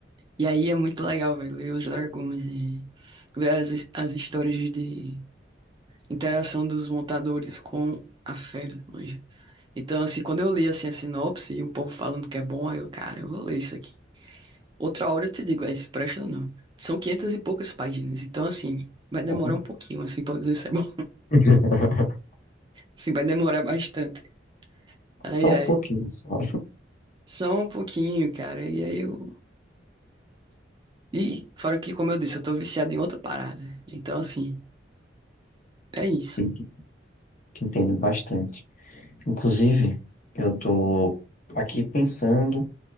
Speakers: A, on the right (about 25°); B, on the left (about 45°).
A: E aí é muito legal, velho, ler os dragões e ver as, his- as histórias de interação dos montadores com a fera, manja. Então, assim, quando eu li, assim, a sinopse e o povo falando que é bom, aí eu, cara, eu vou ler isso aqui. Outra hora eu te digo, é, se presta ou não. São 500 e poucas páginas, então, assim, vai demorar
B: Uhum.
A: um pouquinho, assim, pra eu dizer se é bom.
B: <laughs>
A: Assim, vai demorar bastante.
B: Só
A: Ai, ai.
B: um pouquinho, só.
A: Só um pouquinho, cara. E aí eu. E fora que, como eu disse, eu tô viciado em outra parada. Então, assim, é isso.
B: Eu que que Entendo bastante. Inclusive, eu tô aqui pensando